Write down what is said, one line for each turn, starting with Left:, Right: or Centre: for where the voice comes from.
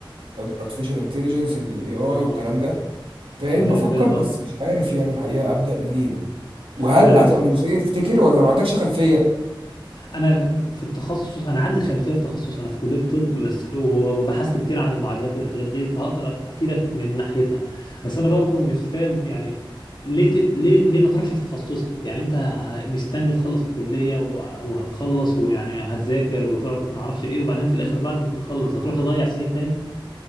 Right: artificial intelligence الاي اي والكلام
Left: اه اه
Right: ده فاهم
Left: تمام
Right: بفكر
Left: فاهم
Right: بس
Left: قصدي
Right: مش عارف يعني الحقيقه ابدا منين وهل
Left: ما انا
Right: هتبقى
Left: في...
Right: مجزيه تفتكر ولا ما عندكش خلفيه
Left: انا في التخصص انا عندي خلفيه في تخصص انا في كليه طب بس وبحثت كتير عن المعادلات والحاجات دي فهقدر افيدك من ناحيتها بس انا برضو مش فاهم يعني ليه ت... ليه ليه ما تروحش في تخصصك يعني انت مستني تخلص الكليه و... وهتخلص ويعني هتذاكر وتقعد ما اعرفش ايه وبعدين في الاخر بعد ما تخلص هتروح تضيع سنين تاني